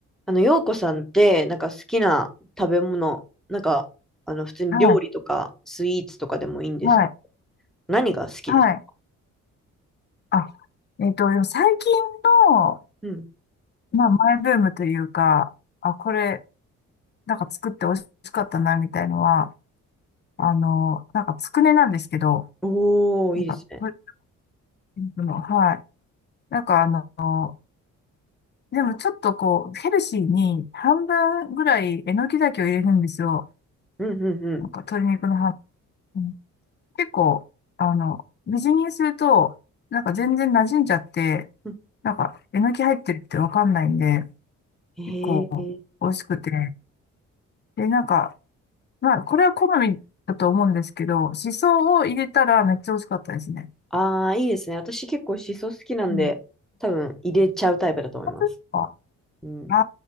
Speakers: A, in the centre; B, on the left (about 35°).
A: あの、洋子さんって、なんか好きな食べ物、なんか、あの、普通に料理とか、
B: はい、
A: スイーツとかでもいいんですけど、
B: はい、
A: 何が好きです
B: はい。あ、えっと、最近の、
A: うん。
B: まあ、マイブームというか、あ、これ、なんか作って美味しかったな、みたいのは、あの、なんか、つくねなんですけど、
A: おー、
B: なんか、
A: いいですね。
B: ぶの、はい。なんか、あの、でもちょっとこう、ヘルシーに半分ぐらいえのきだけを入れるんですよ。
A: うん、うん、うん。
B: なんか、鶏肉の半分。結構、あの、みじん切りにすると、なんか全然馴染んじゃって、
A: うん
B: なんか、えのき入ってるってわかんないんで、
A: へえ。
B: 結構美味しくて。で、なんか、まあ、これは好みだと思うんですけど、しそを入れたらめっちゃ美味しかったですね。
A: ああ、いいですね。私結構シソ好きなんで、
B: うん。
A: 多分入れちゃうタイプだと思います。
B: 本当ですか
A: うん。
B: あー